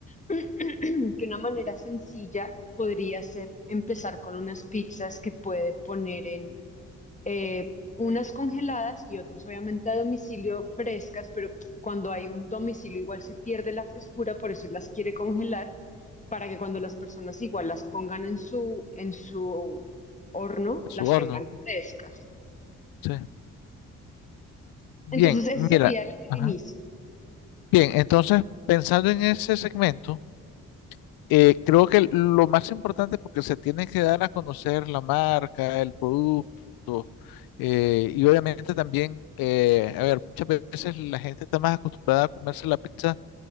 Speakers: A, on the left (about 20°); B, on the left (about 70°).
A: <clears throat> que una manera sencilla podría ser empezar con unas pizzas que puede poner en eh, unas congeladas y otras obviamente a domicilio frescas, pero cuando hay un domicilio igual se pierde la frescura, por eso las quiere congelar para que cuando las personas igual las pongan en su, en su horno,
B: a su
A: las
B: horno?
A: tengan frescas.
B: Sí. Bien,
A: Entonces ese
B: mira.
A: sería el, el
B: Ajá.
A: inicio.
B: Bien, entonces, pensando en ese segmento, eh, creo que lo más importante, porque se tiene que dar a conocer la marca, el producto, eh, y obviamente también, eh, a ver, muchas veces la gente está más acostumbrada a comerse la pizza